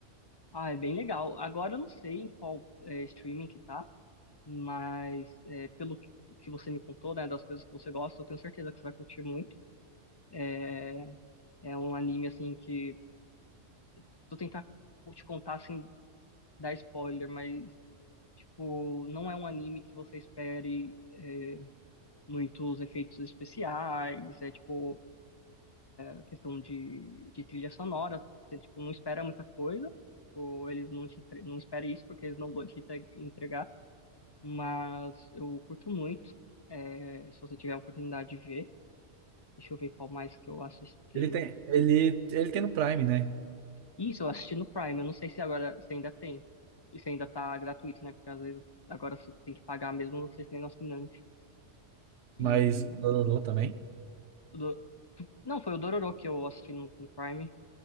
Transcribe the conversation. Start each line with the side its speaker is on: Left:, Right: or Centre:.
Left: Ah, é bem legal. Agora eu não sei em qual é, streaming que tá, mas é, pelo que que você me contou, né, das coisas que você gosta, eu tenho certeza que você vai curtir muito. É, é um anime, assim, que... Se eu tentar te contar, sem dar spoiler, mas, tipo, não é um anime que você espere é, muitos efeitos especiais, é, tipo, a questão de, de trilha sonora. Você, tipo, não espera muita coisa, ou eles não, te entre- não esperam isso porque eles não vão te entre- entregar. Mas eu curto muito. É, se você tiver a oportunidade de ver, deixa eu ver qual mais que eu assisti.
Right: Ele tem, ele, ele tem no Prime, né?
Left: Isso, eu assisti no Prime. Eu não sei se agora se ainda tem. E se ainda tá gratuito, né? Porque às vezes agora você tem que pagar mesmo você sendo assinante. E.
Right: Mas o Dororo também.
Left: o do- Não, foi o Dororo que eu assisti no, no Prime.